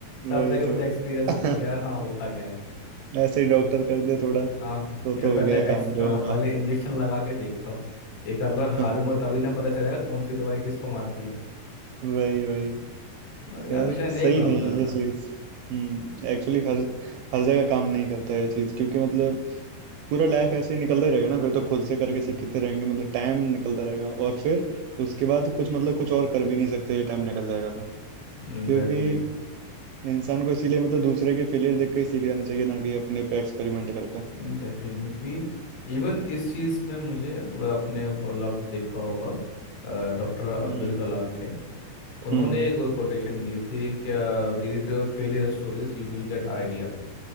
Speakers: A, on the right; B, on the left.
A: वही
B: तब जाके मुझे
A: तो
B: एक्सपीरियंस
A: <laughs>
B: होगा कि यार हाँ होता क्या है
A: ऐसे ही डॉक्टर कर दे थोड़ा
B: हाँ
A: तो तो
B: कि यार
A: हो
B: पहले
A: गया काम
B: एक्स
A: लोगों
B: आ, पहले
A: का
B: इंजेक्शन लगा के देखता हूँ एक आध बार
A: <laughs>
B: हारूंगा तभी ना पता चलेगा कौन सी दवाई किसको मारती है
A: वही वही
B: बट
A: खैर
B: ये हमेशा
A: सही
B: नहीं काम
A: नहीं
B: करता
A: है ये चीज हम्म एक्चुअली हर हर जगह काम नहीं करता ये चीज क्योंकि मतलब पूरा लाइफ ऐसे ही निकलता ही रहेगा ना फिर तो खुद
B: Exactly
A: से करके सीखते रहेंगे मतलब टाइम निकलता रहेगा और फिर उसके बाद कुछ मतलब कुछ और कर भी नहीं सकते ये टाइम निकल जाएगा तो
B: exactly,
A: क्योंकि इंसान को इसीलिए मतलब दूसरे के फेलियर देख के ही सीख जाना चाहिए ना कि अपने पे एक्सपेरिमेंट करके
B: Exactly exactly. क्योंकि इवन इस चीज़ में मुझे वो आपने मतलब देखा होगा डॉक्टर अब्दुल
A: हम्म
B: कलाम थे उन्होंने
A: हम्म
B: एक कोटेशन दी थी क्या read failure stories you will get idea